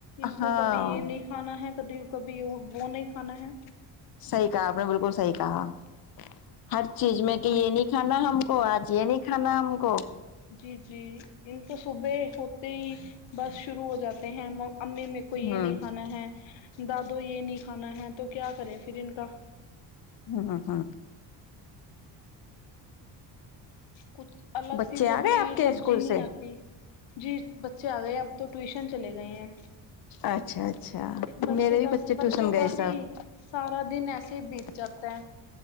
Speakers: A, on the left (about 60°); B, on the left (about 45°).
A: ان
B: ہاں
A: کو کبھی یہ نہیں کھانا ہے کبھی کبھی وہ نہیں کھانا ہے
B: صحیح کہا آپ نے بالکل صحیح کہا ہر چیز میں کہ یہ نہیں کھانا ہم کو آج یہے نہیں کھانا ہم کو
A: جی جی ان کی صبح ہوتے ہی بس شروع ہو جاتے ہیں امی میں کو یہ
B: ہوں
A: نہیں کھانا ہے دادو یہ نہیں کھانا ہے تو کیا کریں پھر ان کا
B: ہاں ہاں
A: کچھ الگ
B: بچے
A: سی تو
B: آ گئے
A: بھی
B: آپ کے
A: سبزی
B: اسکول
A: نہیں
B: سے
A: آتی جی بچے آ گئے اب تو ٹیوشن چلے گئے ہیں
B: اچھا اچھا
A: بچے
B: میرے بھی
A: کا بچوں
B: ٹیوشن گئے
A: کا
B: سب
A: بھی سارا دن ایسے ہی بیت جاتا ہے